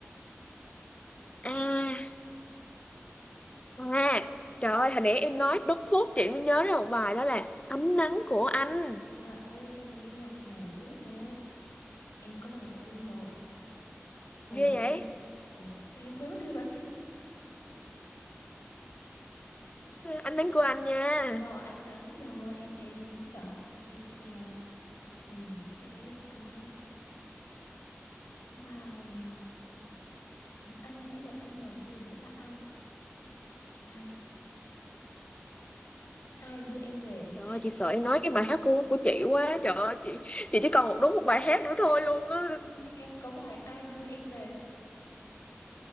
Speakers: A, on the left (about 25°); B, on the left (about 80°).
A: A A trời ơi hồi nãy em nói đốt phốt chị mới nhớ ra một bài đó là ánh nắng của anh
B: dạ ơi sao mà nghe ngọt ngào dữ ta em có bài của em rồi ủa
A: ghê
B: tự dưng
A: vậy
B: ủa tự nhiên quên mất tiêu rồi
A: ánh nắng của anh nha
B: Rồi anh đoán rồi em em biết rồi tiếp theo mình sẽ có bài à, anh nãy giờ anh rồi bây giờ sẽ là ai ai ai đưa em về
A: trời ơi chị sợ em nói cái bài hát của của chị quá trời ơi chị chị chỉ còn một đúng một bài hát nữa thôi luôn á
B: Ừ, ừ, em có bài ai đưa em về